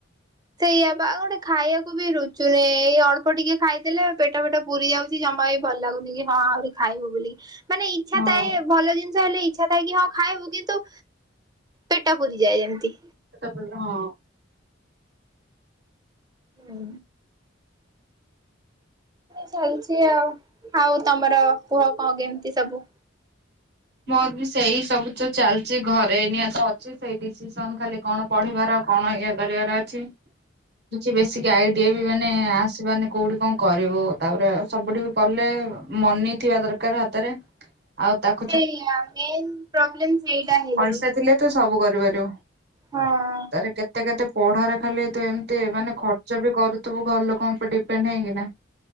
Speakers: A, on the right; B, on the right.
A: ସେଇଆ ବା ଗୋଟେ ଖାଇବାକୁ ବି ରୁଚୁନି ଏଇ ଅଳ୍ପ ଟିକେ ଖାଇଦେଲେ ପେଟ ଫେଟ ପୁରୀ ଯାଉଛି ଜମା ବି ଭଲ ଲାଗୁନି କି ହଁ ଆହୁରି ଖାଇବୁ ବୁଲିକି ମାନେ ଇଚ୍ଛା
B: ହଁ।
A: ଥାଏ ଭଲ ଜିନିଷ ହେଲେ ଇ ଇଛା ଥାଏ କି ହଁ ଖାଇବୁ କିନ୍ତୁ ପେଟ ପୁରିଯାଏ ଯେମତି
B: ପେଟ ପୂର୍ ହଁ।
A: ହୁଁ। ଚାଲିଛି ଆଉ, ଆଉ ତମର କୁହ କଣ କେମିତି ସବୁ?
B: ମୋର ବି ସେଇ ସବୁ ଯୋଉ ଚାଲିଛି ଘରେ ଏଇନା ତ ଅଛି ସେଇ ଡିସିସନ ଖାଲି କଣ ପଢିବାର କଣ ଇଏ କରିବାର ଅଛି?
A: ହ
B: କିଛି ବେସିକ୍ ଆଇଡିଆ ମାନେ ଆସିବନି କୋଉଠି କଣ କରିବୁ ତାପରେ ସବୁଠି ବି କଲେ ମନି ଥିବା ଦର କାର ହାତରେ ଆଉ ତାକ
A: ସେଇଆ ମେନ୍ ପ୍ରୋବ୍ଲେମ ସେଇଟା ହେଇଯାଉଛି।
B: ପଇସା ଥିଲେ ତୁ ସବୁ କରିପାରିବୁ
A: ହଁ
B: ତାରେ କେତେ କେତେ ପଢାରେ ଖାଲି ଏତେ ଏମିତି ମାନେ ଖର୍ଚ୍ଚ ବି କରୁଥିବୁ ଘର ଲୋକଙ୍କ ଉପରେ ଡିପେଣ୍ଡ ହେଇକିନା